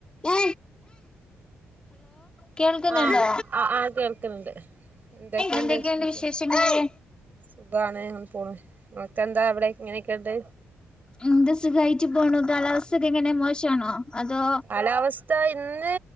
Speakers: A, on the left; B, on the right.
A: ഉ. കേൾക്കുന്നുണ്ടോ
B: ആഹ് ആഹ് കേൾക്കുന്നുണ്ട് എന്തൊക്കെയണ്ട്
A: എന്തൊക്കെയുണ്ട്
B: വിശേഷം
A: വിശേഷങ്ങള്
B: സുഖമാണ്ങ്ങ പോണു നിങ്ങക്കെന്താ അവിടെ ഇങ്ങനെയൊക്കെ ഉണ്ട്
A: എന്ത സുഖായിറ്റ് പോണു കാലാവസ് ഒക്കെ എങ്ങനെ മോശാണോ. അതോ
B: കാലാവസ്ഥ ഇന്ന്